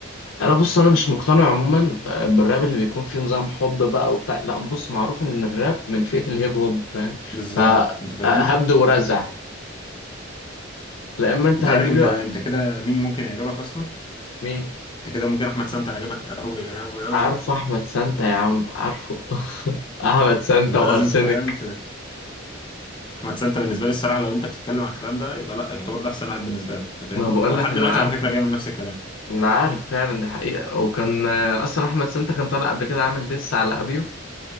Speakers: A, on the left (about 75°); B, on the left (about 25°).
A: انا بص انا مش مقتنع عموما آه، بالراب اللي بيكون فيه نظام حب بقى وبتاع لا بص معروف ان الراب من فئة الهيب هوب فاهم
B: بالظبط
A: فهبد
B: انت فاهمني
A: ورزع لا اما انت
B: انت
A: هتجيب
B: عارف انت
A: لي بقى
B: انت كده مين ممكن يعجبك اصلا
A: مين
B: انت كده ممكن احمد سانتا يعجبك قوي قوي قوي
A: عارفه
B: بقى
A: احمد سانتا يا عم عارفه <laughs> احمد سانتا
B: انت
A: وارسنك
B: لازم تفهم احمد سانتا بالنسبه لي الصراحه لو انت بتتكلم على الكلام ده يبقى لا يعتبر ده احسن واحد بالنسبه لك انت فاهمني
A: ما بقول
B: ولحد
A: لك انا
B: دلوقتي
A: عارفه
B: على فكره بيعمل نفس الكلام
A: انا عارف فعلا دي حقيقة وكان آه، اصلا احمد سانتا كان طالع قبل كده عامل ديس على ابيو